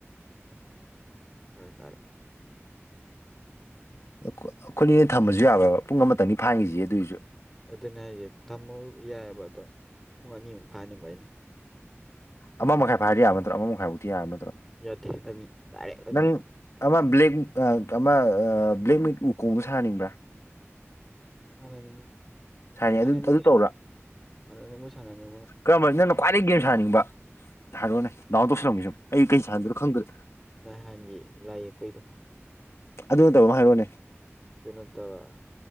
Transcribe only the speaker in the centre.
ꯍꯥꯏꯔꯇꯥꯥꯔꯦ
ꯑꯗꯨꯅꯦ ꯍꯥꯏꯁꯦ ꯊꯝꯃꯣ ꯌꯥꯏꯑꯕ ꯑꯗꯣ ꯄꯨꯡ ꯑꯅꯤꯃꯨꯛ ꯐꯥꯅꯤꯕ ꯑꯩꯅ
ꯌꯥꯗꯦ ꯑꯅꯤ ꯗꯥꯏꯔꯦꯛ ꯑꯅꯤ
ꯁꯅꯤ
ꯁꯅꯤ
ꯃꯁ
ꯁ ꯃꯁꯅꯤ
ꯅꯍꯥꯟꯒꯤ ꯂꯥꯏ ꯌꯦꯛꯄꯩꯗꯣ
ꯄꯅꯠꯇꯕ